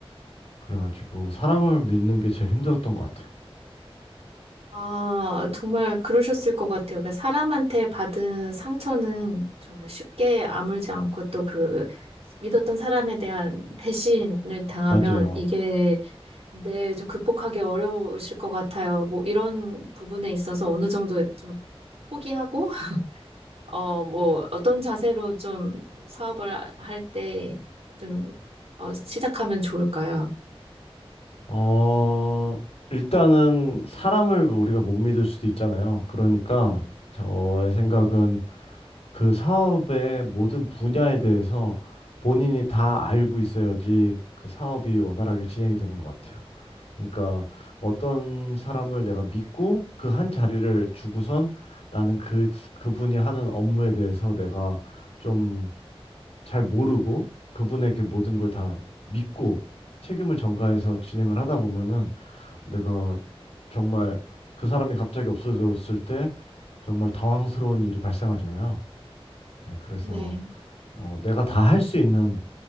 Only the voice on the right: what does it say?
아, 정말 그러셨을 것 같아요. 그러니까 사람한테 받은 상처는 정말 쉽게 아물지 않고 또 그 믿었던 사람에 대한 배신을 당하면
이게 네, 좀 극복하기 어려우실 것 같아요. 뭐 이런 부분에 있어서 어느 정도 좀 포기하고, <laughs> 어, 뭐 어떤 자세로 좀 사업을 할 때 좀, 어, 시작하면 좋을까요?
네.